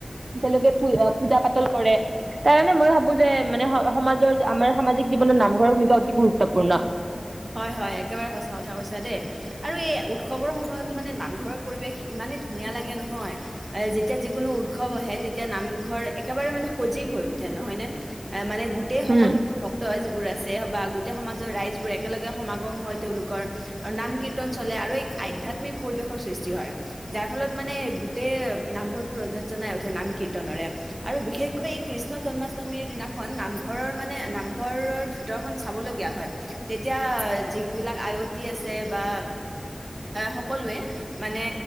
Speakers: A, on the right (about 80°); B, on the right (about 45°).
A: তেওঁলোকে পূজা পাতল কৰে তাৰ কাৰণে মই ভাবো যে মানে সমাজৰ আমাৰ সামাজিক জীৱনত নামঘৰৰ ভূমিকা অতি গুৰুত্বপূৰ্ণ।
B: হয় হয় একেবাৰে সঁচা কথা কৈছা দেই আৰু এই উৎসৱৰ সময়তো মানে নামঘৰৰ পৰিৱেশ ইমানে ধুনীয়া লাগে নহয় এ যেতিয়া যিকোনো উৎসৱ আহে তেতিয়া নামঘৰ একেবাৰে মানে সজীৱ হৈ উঠে। নহয় নে মানে গোটেই সকলোবোৰ
A: উম।
B: ভক্ত যিবোৰ আছে বা গোটেই সমাজৰ ৰাইজ বোৰ একেলগে সমাগম হয় তেওঁলোকৰ নাম কীৰ্তন চলে আৰু এক আধ্যাত্মিক পৰিৱেশৰ সৃষ্টি হয় যাৰ ফলত মানে গোটেই নামঘৰটো ৰঞ্জন জনাই উঠে নাম কীৰ্তনেৰে আৰু বিশেষকৈ এই কৃষ্ণ জন্মাষ্টমীৰ দিনাখন নামঘৰৰ মানে নামঘৰৰ ভিতৰখন চাবলগীয়া হয়। তেতিয়া যিবিলাক আয়তী আছে বা সকলোৱে মানে